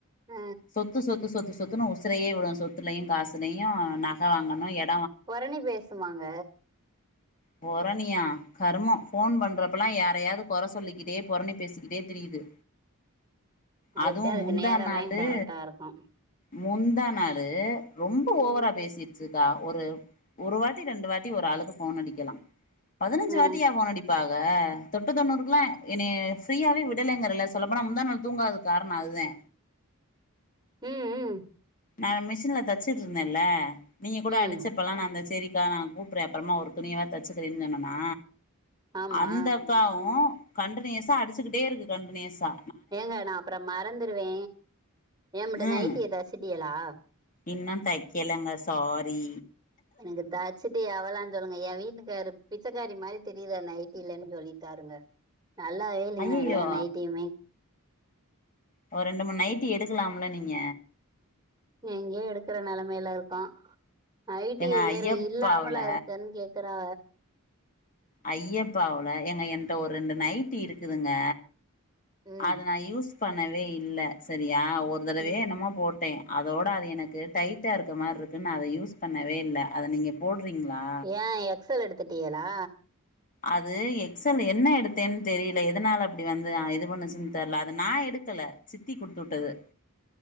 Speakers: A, on the right; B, on the left.
A: அ
B: சொத்து சொத்து சொத்து சொத்துன்னு உசுரையே வுடு சொத்துலயு காசுலயு நக வாங்கணு எ
A: பொறணி பேசுமாங்க
B: பொறணியா கருமோ ஃபோன் பண்றப்பல்லா யாரைய்யாவ்து கொற சொல்லிக்கிட்டே பொறணி பேசிக்கிட்டே திரியுது
A: அதுக்தா
B: அதுவு
A: அதுக்கு
B: முந்தா
A: நேரமே
B: நாளு
A: கரெக்டாருக்கு
B: முந்தா நாளு ரொம்ப
A: ம்
B: ஓவரா பேசிடுச்சுக்கா ஒரு ஒரு வாட்டி ரெண்டு வாட்டி ஒரு ஆளுக்கு போன் அடிக்கலா பதினஞ்சு
A: ஆ
B: வாட்டியா போன் அடிக் இப்பாக தொட்டு தொண்ணூறுக்குலா எனைய ஃப்ரீயாவே விடலங்கிறேல்ல சொல்லப் போனா நா முந்தா நாள் தூங்காதுக்கு கார்ணே அதுதா
A: ம் ம்
B: நா மிஷின்ல தச்சுட்டுருந்தேல்ல நீங்க கூட
A: ம்
B: அடுச்சு அப்பெல்லா நா அந்த செரிக்கா நா கூப்புட்றே அப்றமா ஒரு துணியாவது தச்சுக்றே சொன்னேனா
A: ஆமா
B: அந்த அக்காவு கண்டனியஸா அடிச்சுகிட்டே இருக்கு கண்டனியஸா
A: ஏங்க நா அப்பறோ மறந்துருவே ஏமட்ட
B: ம்
A: நைட்டிய தச்சுட்டியலா
B: இன்னு தக்கெலங்க சாரி
A: எனக்கு தச்சுட்டு எவளோன்னு சொல்லுங்க ஏ வீட் காரு பிச்சக்காரி மாரி தெரியுற நைட்டில்லன்னு சொல்லிட்டாருங்க நல்லாவே இல்லேங்க
B: ஐயையோ
A: எல்லா நைட்டியுமே
B: ஒரு ரெண்டு மூணு நைட்டி எடுக்கலாம்ல நீங்க
A: எங்கேயோ எடுக்கற நெலமைல இருக்கோ நைட்டிய
B: எங்க
A: வேற
B: ஐயப்பாவுல
A: இல்லாமலா இருக்கன்னு கே க்கறா
B: ஐயப்பாவோல ஏங்க எங்கிட்ட ஒரு ரெண்டு நைட்டி இருக்குதுங்க
A: ம்
B: அத நா யூஸ் பண்ணவே இல்ல சரியா ஒரு தடவ
A: ம்
B: என்னமோ போட் டே அதோட அது எனக்கு டைட்டா இருக்கற மாரி இருக்குன்னு அத யூஸ் பண்ணவே இல்ல அத நீங்க போட்றீங்களா
A: ஏ எக்ஸல் எடுத்துட்டியலா
B: அது எக்ஸல் என்ன எடுத்தேன்னு தெரியல எதனால அப்டி வந்து இது பண்ணுச்சுன்னு தெர்ல அது நா எடுக்கல சித்தி குடுத்து வுட்டது